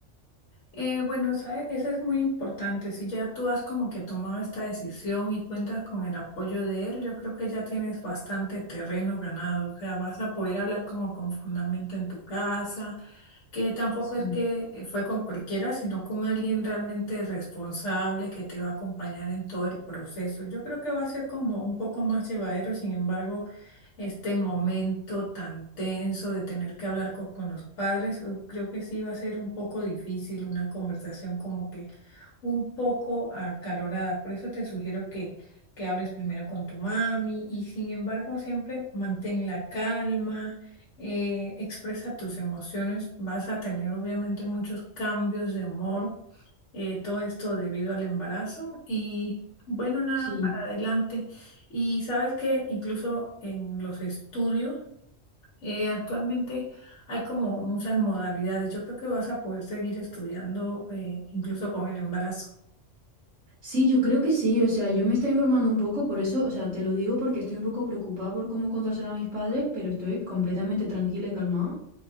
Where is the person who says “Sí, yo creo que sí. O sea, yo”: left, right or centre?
Right